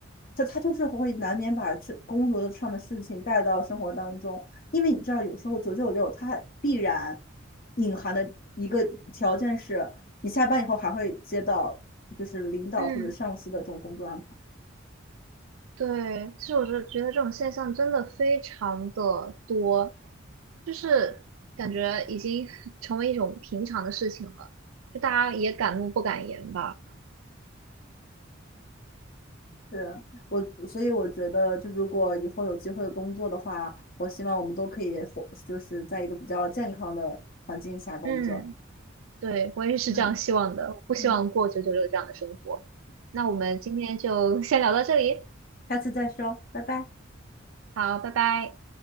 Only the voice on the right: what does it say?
嗯，对，其实我是觉得这种现象真的非常的多，就是感觉已经 <laughs> 成为一种平常的事情了，就大家也敢怒不敢言吧。
嗯。对，我也是这样希望的，
不希望过九九六这样的生活。
那我们今天就先聊到这里，
好，拜拜。